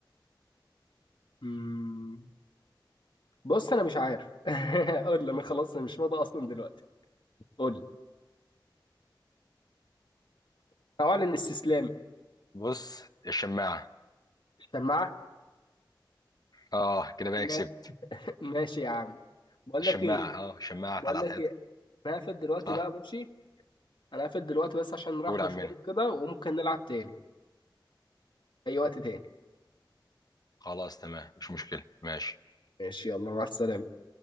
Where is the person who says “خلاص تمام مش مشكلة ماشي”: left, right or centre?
Left